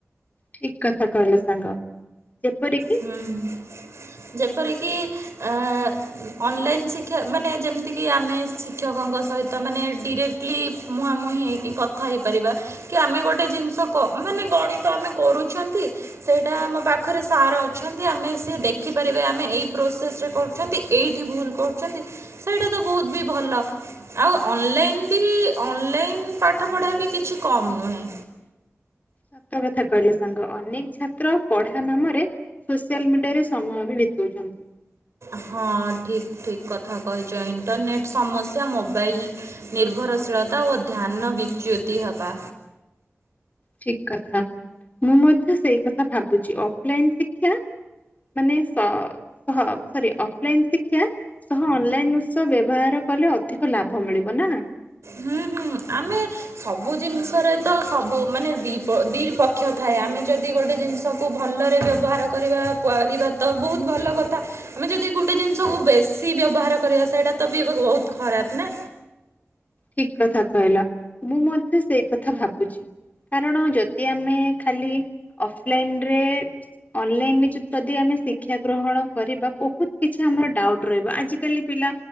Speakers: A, on the left; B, on the right.
A: ଠିକ କଥା କହିଲ ସାଙ୍ଗ। ଯେପରିକି।
B: ହୁଁ। ଯେପରିକି। ଆ ଅନଲାଇନ୍ ଶିକ୍ଷା ମାନେ ଯେମିତିକି ଆମେ ଶିକ୍ଷକଙ୍କ ସହିତ ମାନେ। ଡିରେକ୍ଟଲି ମୁହାଁମୁହିଁ ହେଇକି କଥା ହେଇପାରିବା କି ଆମେ ଗୋଟେ ଜିନିଷ କ ମାନେ ଗଣିତ ଆମେ କରୁଛନ୍ତି ସେଇଟା ଆମ ପାଖରେ ସାର ଅ। ଅଛନ୍ତି ଆମେ ସେ ଦେଖିପାରିବେ ଆମେ ଏଇ ପ୍ରୋସେସ ରେ କରୁଛନ୍ତି ଏଇଠି ଭୁଲ୍ କରୁଛନ୍ତି ସେଇଟା ତ ବହୁତ ବି ଭଲ ଆଉ ଅନଲାଇନ ବି ଅନଲାଇନ ପାଠପଢ଼ା ବି କିଛି କମ୍ ନୁହେଁ।
A: ସତ କଥା କହିଲେ ସାଙ୍ଗ ଅନେକ ଛାତ୍ର ପଢା ନାମରେ ସୋସିଆଲ ମିଡିଆରେ ସମୟ ବି ବିତଉଛନ୍ତି।
B: ହଁ ଠିକ ଠିକ୍ କଥା। କହିଛ ଇଣ୍ଟରନେଟ୍ ସମସ୍ ମୋବାଇଲ୍ ନିର୍ଭରଶୀଳତା ଓ ଧ୍ୟାନ ବିଚ୍ୟୁତି ହେବା।
A: ଠିକ କଥା ମୁଁ ମଧ୍ୟ ସେଇ କଥା ଭାବୁଛି ଅଫଲାଇନ ଶିକ୍ଷା ମାନେ ସ ହ ସରି ଅଫଲାଇନ ଶିକ୍ଷା ସହ ଅନଲାଇନ ଉତ୍ସ ବ୍ୟବହାର କଲେ ଅଧିକ ଲାଭ ମିଳିବ ନା।
B: ହୁଁ ହୁଁ ଆମେ ସବୁ ଜିନିଷରେ ତ ସବୁ ମାନେ। ଦ ଦ୍ୱିଇ ପକ୍ଷ ଥାଏ ଆମେ ଯଦି ଗୋଟେ ଜିନିଷକୁ ଭଲରେ ବ୍ୟବହାର କରିବା କରିବାିବା ତ ବହୁତ ଭଲ କଥା ଆମେ ଯଦି ଗୋଟେ ଜିନିଷକୁ ବେଶ। ସି ବ୍ୟବହାର କରିବା ସେଇଟା ତ ବି ବହୁତ ଖରାପ ନା।
A: ଠିକ କଥା କହିଲା ମୁଁ ମଧ୍ୟ ସେଇ କଥା ଭାବୁଛି କାରଣ ଯଦି ଆମେ ଖାଲି ଅଫଲାଇନରେ ଅନଲାଇନ ଯଦି ଆମେ ଶିକ୍ଷା ଗ୍ରହଣ କରିବା ବହୁତ କିଛି ଆମର ଡାଉଟ ରହିବ ଆଜିିକାଲି ପିଲା